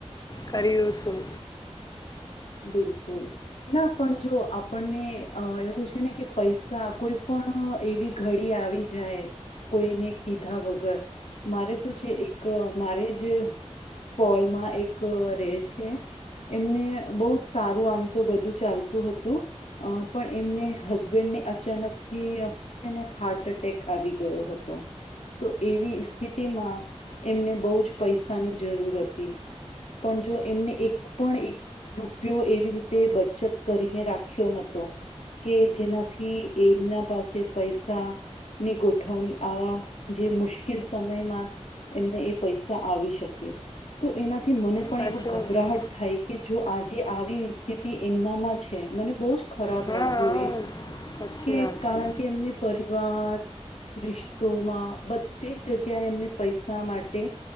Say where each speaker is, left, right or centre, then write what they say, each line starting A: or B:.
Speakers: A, on the left; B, on the left.
A: કર્યું શું.
B: બિલકુલ ના પણ જો આપણને એવું છે ને કે પૈસા કોઈ પણ એવી ઘડી આવી જાય કોઈને કીધા વગર મારે શું છે એક મારે જ ફળમાં એક રહે છે એમને બહુ જ સારું આમ તો બધું ચાલતું હતું પણ એમને હસબેન્ડને અચાનકથી છેને હાર્ટ એટેક આવી ગયો હતો. તો એવી સ્થિતિમાં એમને બહુ જ પૈસાની જરૂર હતી પણ જો એમને એક પણ એક રૂપિયો એવી રીતે બચત કરીને રાખ્યો નહોતો. કે જેનાથી એમના પાસે પૈસા ની ગોઠવણી આવા જે મુશ્કેલ સમયમાં એમને એ પૈસા આવી શકે તો એના થી મને પણ
A: સાચી
B: એવું ગભરાહટ
A: વાત છે.
B: થાય જો આજે આવી સ્થિતિ એમના માં છે મને બો જ ખરાબ
A: હા
B: લાગ્યું એ
A: સાચી
B: કે
A: વાત
B: કારણ
A: છે
B: કે એમને પરિવાર ર તોમાં બધી જ જગ્યાએ એમને પૈસા માટે